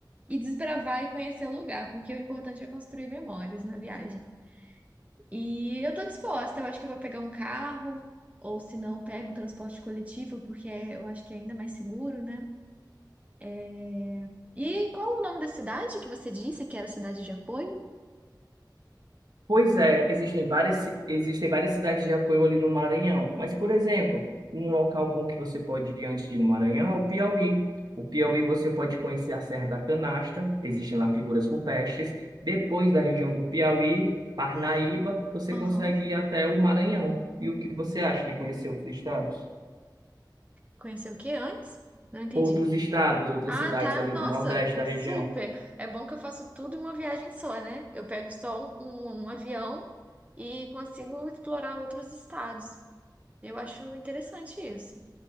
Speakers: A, on the right; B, on the right.
A: e, e desbravar e conhecer o lugar, porque o importante é construir memórias na viagem. E eu tô disposta, eu acho que eu vou pegar um carro, ou se não, pego o transporte coletivo, porque é- eu acho que é ainda mais seguro, né? É, E qual o nome da cidade que você disse que era cidade de apoio?
B: Pois é, existem várias, ci- existem várias cidades de apoio ali no Maranhão, mas, por exemplo, um local bom que você pode ir antes de ir no Maranhão é o Piauí. O Piauí você pode conhecer a Serra da Canastra, existem lá figuras rupestres. Depois da região do Piauí, Parnaíba, você
A: Aham.
B: consegue ir até o Maranhão. E o que você acha de conhecer outros estados?
A: Conheceu o que antes? Não entendi.
B: Outros estados, outras
A: Ah,
B: cidades
A: tá.
B: ali
A: Nossa,
B: do Nordeste da
A: super.
B: região.
A: É bom que eu faço tudo em uma viagem só, né? Eu pego só um, um um avião e consigo explorar outros estados. Eu acho interessante isso.